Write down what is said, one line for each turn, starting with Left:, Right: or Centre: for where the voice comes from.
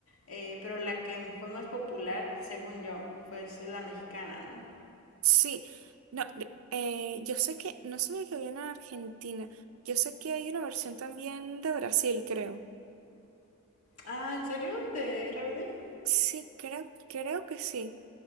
Left: eh, pero la que fue más popular, según yo, pues es la mexicana, ¿no?
Right: Sí. No, de- eh, yo sé que, no sabía que había una Argentina. Yo sé que hay una versión también de Brasil, creo.
Left: Ah, ¿en serio? ¿De RBD?
Right: Sí, creo, creo que sí.